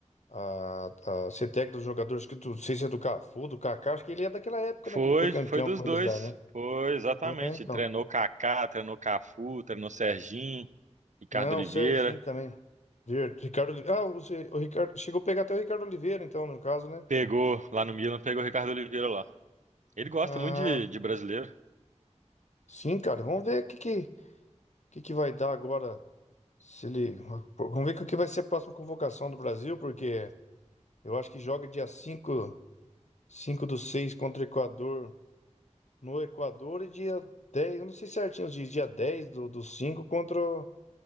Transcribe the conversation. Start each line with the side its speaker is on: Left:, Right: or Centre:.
Left: a, a ser técnico dos jogadores, acho que tu- não sei se é do Cafu, do Kaká, acho que ele é daquela época,
Right: Foi,
Left: né? Que ele foi campeão
Right: foi dos
Left: com
Right: dois.
Left: eles lá, né?
Right: Foi, exatamente.
Left: É, então.
Right: Treinou Kaká, treinou Cafu, treinou Serginho, Ricardo
Left: Não,
Right: Oliveira.
Left: o Serginho também. Ver- Ricardo Oliveira. Ah, o, Se- o Ricardo. Chegou a pegar até o Ricardo Oliveira, então, no caso, né?
Right: Pegou lá no Milan, pegou o Ricardo Oliveira lá. Ele gosta
Left: Ah,
Right: muito de, de brasileiro.
Left: sim, cara. Vamos ver o que, que, que, que vai dar agora. Se ele, vamos ver o que vai ser a próxima convocação do Brasil, porque eu acho que joga dia 5, 5 do 6 contra o Equador. no Equador e dia 10, eu não sei certinho os dias, dia 10 do, do 5 contra o